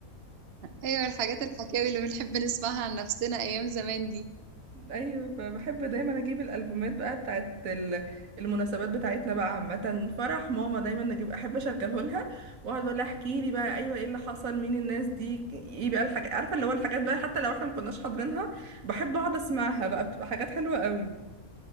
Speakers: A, on the right; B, on the right.
A: ايوه الحاجات الحكاوي اللي بنحب نسمعها عن نفسنا ايام زمان دي
B: ايوه ب- بحب دايما اجيب الالبومات بقى بتاعت ال- المناسبات بتاعتنا بقى عامه فرح ماما دايما اجيب احب اشغله لها واقعد بقول لها احكي لي بقى ايوه ايه اللي حصل مين الناس دي ايه بقى الحاجات عارفه اللي هو الحاجات بقى حتى لو احنا ما كناش حاضرينها بحب اقعد اسمعها بقى بتبقى حاجات حلوه قوي